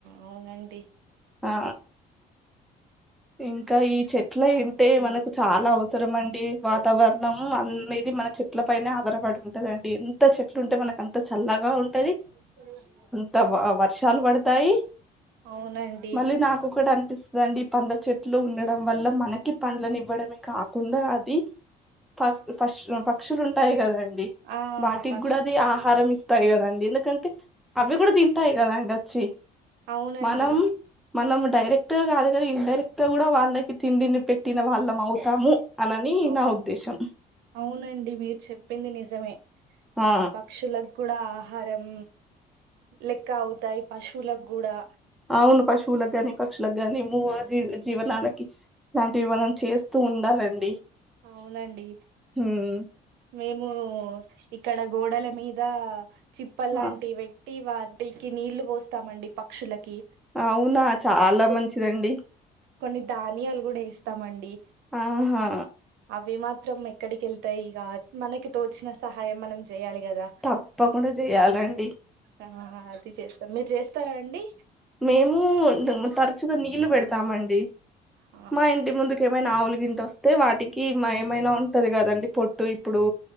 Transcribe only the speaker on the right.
అవునండి
ఉ
అవునండి
ఆ
పష్
అవునండి
అవు
అవునండి మీరు చెప్పింది నిజమే
పక్షులకు కూడా ఆహారం లెక్క అవుతాయి పశువులకు కూడా
అవునండి
మేము ఇక్కడ గోడల మీద చిప్పల్
లాంటివి పె టి వాటికి నీళ్లు పోస్తామండి పక్షులకి
కు
కొన్ని ధాన్యాలు కూడా ఏస్తామండి
అవి మాత్రం ఎక్కడికి వెళ్తాయి ఇక మనకి తోచిన సహాయం మనం చేయాలి కదా
ఆ అది చేస్తాం మీరు చేస్తారా అండి
ఆ